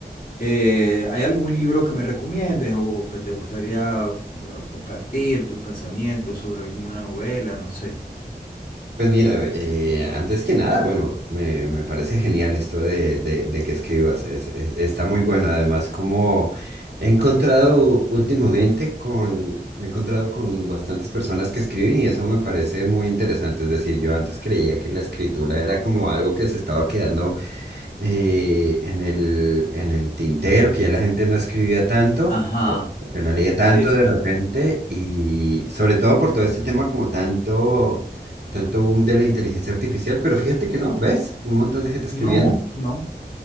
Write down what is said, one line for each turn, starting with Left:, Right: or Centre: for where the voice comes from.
Left: Eh, ¿Hay algún libro que me recomiendes o que te gustaría eh, compartir tus pensamientos sobre alguna novela? No sé.
Right: Pues mira, eh, antes que nada, bueno, me, me parece genial esto de, de- de que escribas, es- es- está muy bueno. Además, como he encontrado últimamente con, me he encontrado con bastantes personas que escriben y eso me parece muy interesante. Es decir, yo antes creía que la escritura era como algo que se estaba quedando eh, en el, en el tintero, que ya la gente no escribía tanto,
Left: Ajá.
Right: o, o que no leía tanto
Left: Sí,
Right: de
Left: sí.
Right: repente, y sobre todo por todo este tema como tanto, tanto boom de la inteligencia artificial, pero fíjate que no, ¿ves? Un montón de gente escribiendo.
Left: No, no.